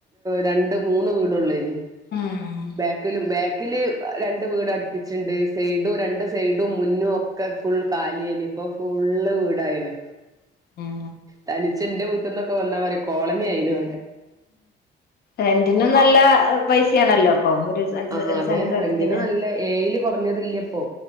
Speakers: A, on the right; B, on the left.
A: രണ്ട് മൂന്ന് വീടുള്ളനി
B: ഉം
A: ബാക്കിലും ബാക്കില് രണ്ട് വീടടുപ്പിച്ചിണ്ട് സൈഡും രണ്ട് സൈ ഡും മുന്നും ഒക്കെ ഫുൾ കാലിയായിന് ഇപ്പൊ ഫുള്ള് വീടായിന്
B: ഉം
A: തനിച്ച് എന്റെ വീട്ടിൽന്നൊക്കെ വന്നാ പറയും കോളനി ആയിലോ
B: രണ്ടിനും നല്ല പൈസയാണല്ലോ ഇപ്പൊ ഒരു അഞ്ച്
A: ആ
B: ഒരു
A: അതെ
B: സെന്റ് സ്ഥലത്തിന്
A: റെന്റിന് നല്ല ഏയില് കൊറഞ്ഞത് ഇല്ലിപ്പോ